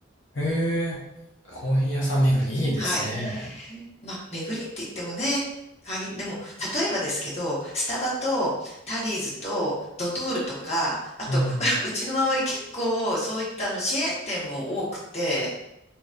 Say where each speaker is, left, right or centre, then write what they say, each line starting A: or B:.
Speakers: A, on the left (about 80°); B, on the left (about 35°).
A: へえ、コーヒー屋さん巡りいいですね。
B: はい。まあ、巡りって言ってもね、限でも、例えばですけど、スタバとタリーズとドトールとか、あと、
A: うん。
B: <laughs> うちの周り結構そういったあのチェーン店も多くて、